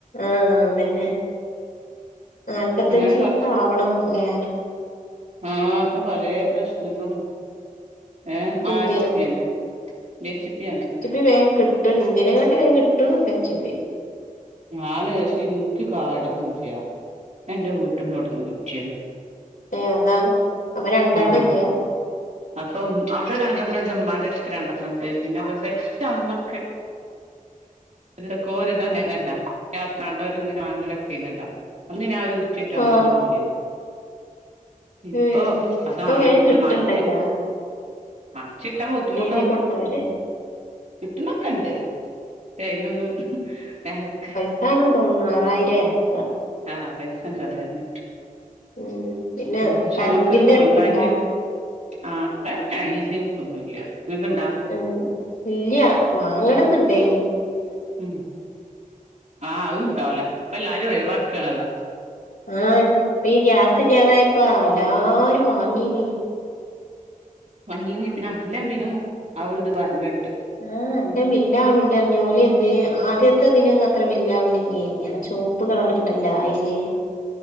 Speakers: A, on the left; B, on the right.
A: ആഹ് ബെന്നെ നാല്പത്തഞ്ചീസം
B: അപ്പൊ ഞാൻ കൊറച്ച്
A: ആവണംല്ലേ?
B: ആഹ് പ്പൊ പലേ പ്രശ്നങ്ങളും ഏ
A: ഇന്ത്യനോ
B: ആഹ് എച് പി അന്നെ എച് പി യാണ്
A: വേ ക് ട്ട് ഇന്ത്യനേക്കാട്ടിം വേഗം കിട്ടുന്നുണ്ട് എച് പി.
B: ആണ് ഷെ ഇൻക്ക് കാടോന്നുല്ല്യ ന്റെ വീട്ടിന്നോടന്ന് കുറ്റ്യാണ്
A: ഏ അതാ അപ്പ രണ്ടെണ്ണല്ല്യാ?
B: ആഹ് അപ്പം അവ്ടെ രണ്ടെണ്ണം ണ്ട് മ്മാന്റെടുത്ത് രണ്ടെണ്ണം ണ്ട് പിന്നെ <unintelligible> അമ്മക്ക് ന്തകോര് താണെനെല്ല <unintelligible> കണ്ടോര് ഇങ്ങനെ വാങ്ങലൊക്കെ നെല്ലോ.. അന്ന് ഞാ ഒര് കുറ്റിട്ട് അവ്ട്ന്നോട്ട്
A: ആ
B: പോന്നേണ് ഇപ്പൊ
A: ഉം
B: അതാണ്
A: ഇപ്പൊ വേഗം
B: പ്പൊ
A: കിട്ടണ്ടല്ലോ
B: നറ്ച്ച് മറ്ച്ചിട്ടാ ബുദ്ധിമുട്ടാവും
A: എഴുതി കൊടുത്താലേ
B: കിട്ടുന്നക്കേണ്ട്. കൈന്നൊന്നും എനക്ക്
A: അതാണെന്ന് തോന്നുണു ആറായിരെക്കെ
B: ആഹ് പൈസ ണ്ട് അതാര്ന്ന്
A: ഉം പിന്നെ
B: ബിഷെമ്മക്ക്
A: കറന്റിന്റെ
B: സ്വന്തായ്റ്റ്
A: അടുപ്പുണ്ടാ
B: ആഹ് എ ഏഹ് ഈസി ഹുക്കൊന്നൂല്ല ങ്ങക്ണ്ടാ?
A: ഉം ഇല്ല്യ വാങ്ങണംന്ന്ണ്ടേയ്നി.
B: ഉ ആഹ അതണ്ടാവല അപ്പല്ലരും ഒഴിവാക്കണത്.
A: ആഹ് ഇപ്പ ഈ ഗ്യാസില്യാതായപ്പ എല്ലാരും വാങ്ങീനി.
B: മഞ്ഞീന്ന് പിന്നെ അല്ലെ പിതു ആവ്ണ്ട് പർഞ്ഞെട്ട്.
A: ആഹ് എല്ലാം ബില്ലാവ്ണ്ട്റിഞ്ഞോല് ന്തേ ആദ്യത്തെ ഇതിനൊന്ന അത്ര ബില്ലാവലെങ്കി ചോപ്പ് കളർ ണ്ടല്ല അയിനി